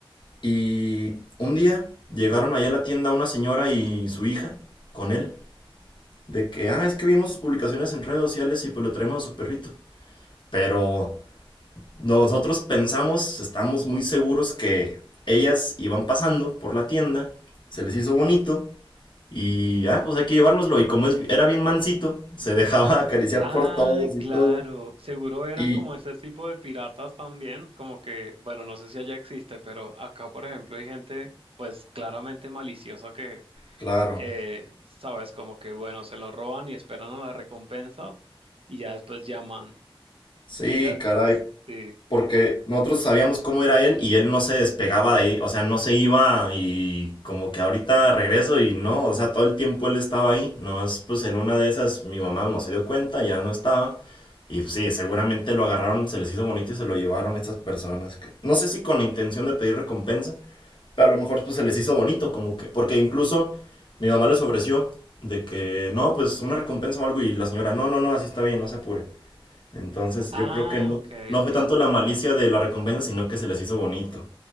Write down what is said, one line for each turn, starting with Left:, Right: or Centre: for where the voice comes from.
Left: Y un día llegaron allá a la tienda una señora y su hija con él, de que, ah, es que vimos sus publicaciones en redes sociales y pues le traemos a su perrito. Pero Nosotros pensamos, estamos muy seguros que ellas iban pasando por la tienda, se les hizo bonito y, ah, pues hay que llevárnoslo. Y como es- era bien mansito, se dejaba <laughs> acariciar
Right: Ah,
Left: por todos y
Right: claro.
Left: todo.
Right: Seguro eran
Left: Y,
Right: como ese tipo de piratas también, como que, bueno, no sé si allá existe, pero acá, por ejemplo, hay gente, pues claramente maliciosa que
Left: claro,
Right: eh, sabes, como que bueno, se lo roban y esperan a la recompensa y ya después llaman.
Left: sí,
Right: Ella,
Left: caray,
Right: sí.
Left: porque nosotros sabíamos cómo era él y él no se despegaba de ahí, o sea, no se iba y como que ahorita regreso y no, o sea, todo el tiempo él estaba ahí, no es pues en una de esas mi mamá no se dio cuenta, ya no estaba y pues, sí, seguramente lo agarraron, se les hizo bonito y se lo llevaron estas personas que no sé si con la intención de pedir recompensa, pero a lo mejor pues se les hizo bonito como que porque incluso mi mamá les ofreció de que no, pues una recompensa o algo y la señora no, no, no, así está bien, no se apure. Entonces
Right: Ah,
Left: yo creo que no,
Right: ok,
Left: no
Right: ok.
Left: fue tanto la malicia de la recompensa, sino que se les hizo bonito.